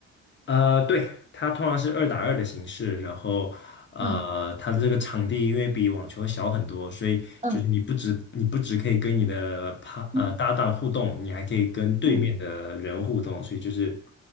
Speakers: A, on the left; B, on the right.
A: 呃，对，它通常是二打二的形式，然后呃，
B: 嗯
A: 它的这个场地因为比网球小很多，所以就是你不止你不止可以跟你的趴呃搭档互动，
B: 嗯嗯
A: 你还可以跟对面的人互动，
B: 嗯。
A: 所以就是